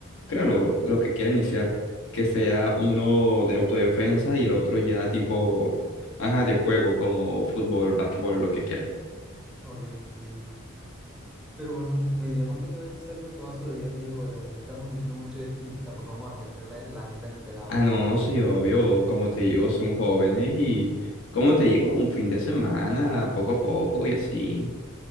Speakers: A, on the left; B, in the centre.
A: Claro, los que quiera iniciar, que sea uno de autodefensa y el otro ya tipo, ajá, de juego, como fútbol, básquetbol, lo que quiera.
B: Ok, entiendo. Pero bueno, mi idea más que todo es hacerlo todo a su debido tiempo, porque también estamos diciendo mucho de y tampoco vamos a gestionar la, la agenda del pelado.
A: Ah, no, sí, obvio, como te digo, son jóvenes y, como te digo, un fin de semana, poco a poco y así.